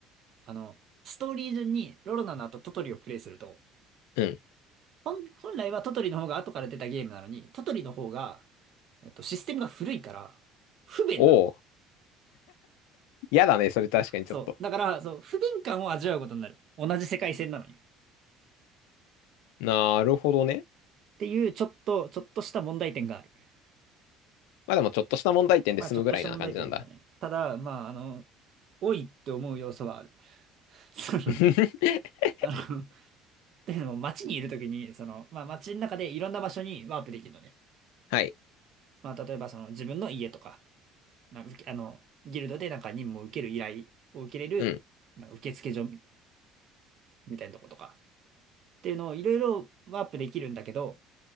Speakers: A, on the right; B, on the left.
A: あの、ストーリー順にロロナの後トトリをプレイすると、
B: うん。
A: 本、本来はトトリの方が後から出たゲームなのに、トトリの方が、えっと、システムが古いから、不便なの。
B: おお。やだね、それ確かにちょっと。
A: そう。だから、そう、不便感を味わうことになる。同じ世界線なのに。っ
B: なるほどね。
A: ていう、ちょっと、ちょっとした問題点がある。
B: まあでもちょっとした問題点で済むぐらいな感じなんだ。
A: まあ、ちょっとした問題点だね。ただ、まあ、あの、多いって思う要素はある。<laughs> その、
B: <laughs>
A: あの、っていうのも、街にいるときに、その、まあ、街の中でいろんな場所にワープできるのね。
B: はい。
A: まあ、例えば、その、自分の家とか、なあ、受けあの、ギルドでなんか任務を受ける依頼を受けれる、
B: うん。
A: なんか受付所みみたいなとことか、っていうのをいろいろワープできるんだけど、